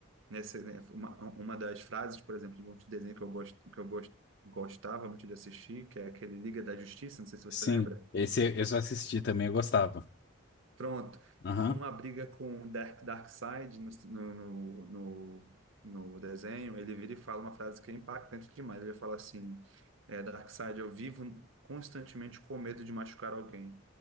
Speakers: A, on the right; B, on the left.
A: nessa, né, uma, uma das frases, por exemplo, de um desenho que eu, gosto, que eu gost, gostava muito de assistir, que é aquele Liga da Justiça, não sei se você
B: Sim,
A: lembra
B: esse eu só assisti também, eu gostava.
A: Pronto,
B: Aham.
A: numa briga com o Dark, Darkseid no, no, no, no desenho, ele vira e fala uma frase que é impactante demais. Ele fala assim: é, Darkseid, eu vivo constantemente com medo de machucar alguém.